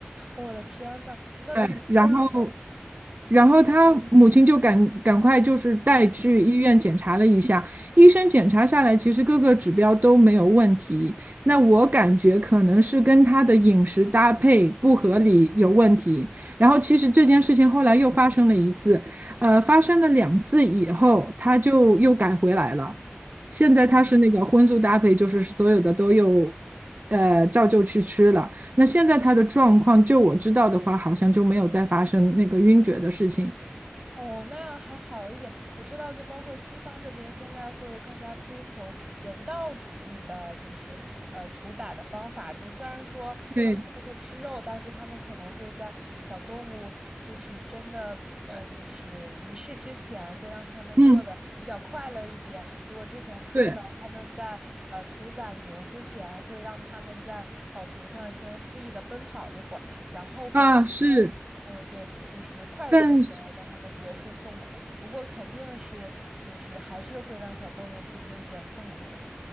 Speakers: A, on the right; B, on the right.
A: 我的天呐，
B: 对，然后
A: 这样还嗯，
B: 然后他母亲就赶赶快就是带去医院检查了一下，医生检查下来，其实各个指标都没有问题。那我感觉可能是跟他的饮食搭配不合理有问题。然后其实这件事情后来又发生了一次，呃，发生了两次以后，他就又改回来了。现在他是那个荤素搭配，就是所有的都又，呃，照旧去吃了。那现在他的状况，就我知道的话，好像就没有再发生那个晕厥的事情。
A: 哦，那样还好一点。我知道，就包括西方这边现在会更加推崇人道主义的，就是呃屠宰的方法。就虽然说我们还是会吃肉，
B: 对，
A: 但是他们可能会在小动物就是真的呃就是离世之前，会让他们过得比较快乐一点。
B: 嗯，
A: 比如我之前看到他们在呃屠宰牛之前，
B: 对
A: 会让他们在草坪上先肆意的奔跑一会儿，然后回来。
B: 啊，是，
A: 哎，对，就是快速的让他们结束痛苦，
B: 但是。
A: 不过肯定是就是还是会让小动物历经一点痛苦的。